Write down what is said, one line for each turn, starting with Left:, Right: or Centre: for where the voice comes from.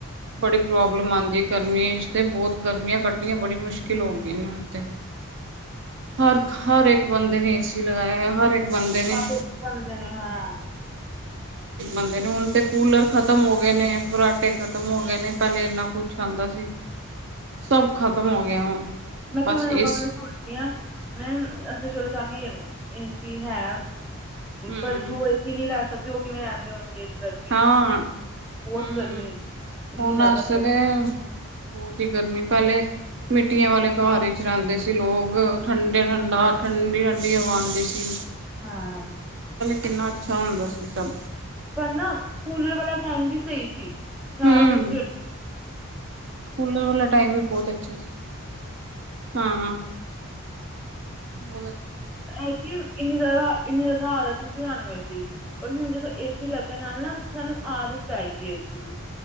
Right: ਬੜੀ ਪ੍ਰੋਬਲਮ ਆਉਂਦੀ ਗਰਮੀਆਂ ਚ ਤੇ ਬਹੁਤ ਗਰਮੀਆਂ ਕੱਟਣੀਆਂ ਬੜੀ ਮੁਸ਼ਕਿਲ ਹੋ ਗਈ ਹੁਣ ਤੇ ਹਰ ਹਰ ਇੱਕ ਬੰਦੇ ਨੇ ਏਸੀ ਲਗਾਇਆ ਹੈ ਹਰ ਇੱਕ ਬੰਦੇ ਨੇ
Centre: ਹਰ ਇੱਕ ਬੰਦੇ ਨੇ ਹਾਂ
Right: ਨੇ ਹੁਣ ਤੇ ਕੂਲਰ ਖਤਮ ਹੋ ਗਏ ਨੇ ਫਰਾਟੇ ਖਤਮ ਹੋ ਗਏ ਨੇ ਪਹਿਲੇ ਇੰਨਾ ਕੁਛ ਆਉਂਦਾ ਸੀ ਸਭ ਖ਼ਤਮ ਹੋ ਗਿਆ ਹੁਣ,
Centre: ਮੈਂ
Right: ਬਸ
Centre: ਤੇ ਹੁਣ
Right: ਏਸੀ
Centre: ਲੋਕਾਂ ਨੂੰ ਸੋਚਦੀ ਹਾਂ ਮੈਂ ਅਸੀਂ ਚਲੋ ਸ਼ਾਮੀ ਏਸੀ ਹੈ
Right: ਹੂੰ,
Centre: ਪਰ ਜੋ ਏਸੀ ਨਹੀਂ ਲੈ ਸਕਦੇ ਉਹ ਕਿਵੇਂ ਰਹਿੰਦੇ ਹੋਣਗੇ ਗਰਮੀ
Right: ਹਾਂ
Centre: ਚ ਬਹੁਤ
Right: ਹਮ
Centre: ਗਰਮੀ ਚ ਇੰਨੀ
Right: ਹੁਣ
Centre: ਜ਼ਿਆਦਾ
Right: ਵੇਸੇ
Centre: ਗਰਮੀ
Right: ਤੇ ਬਹੁਤ ਹੀ ਗਰਮੀ ਪਹਿਲੇ ਮਿੱਟੀਆਂ ਵਾਲੇ ਘਰ ਵਿੱਚ ਰਹਿੰਦੇ ਸੀ ਲੋਕ ਠੰਡੇ ਠੰਡਾ ਠੰਡੀ ਠੰਡੀ ਹਵਾ ਆਉਂਦੀ ਸੀ
Centre: ਹਾਂ
Right: ਕਿੰਨਾ ਅੱਛਾ ਹੁੰਦਾ ਸੀ ਸਭ
Centre: ਪਰ ਨਾ ਕੂਲਰ ਵਾਲਾ ਟਾਈਮ ਵੀ ਸਹੀ ਸੀ ਖਰਾਬ
Right: ਹੂੰ,
Centre: ਨੀ
Right: ਕੂਲਰ ਵਾਲਾ ਟਾਈਮ ਵੀ ਬਹੁਤ ਅੱਛਾ ਸੀ ਹਾਂ ਬ
Centre: ਹੈ ਕਿ ਇੰਨੀ ਜ਼ਿਆਦਾ ਇੰਨੀ ਜ਼ਿਆਦਾ ਆ ਤਾਨਵੇਂ ਪਰ ਹੁਣ ਜਦੋਂ ਏਸੀ ਲੱਗਣ ਨਾਲ ਨਾ ਸਾਨੂੰ ਆਦਤ ਪੈ ਗਈ ਏਸੀ ਦੀ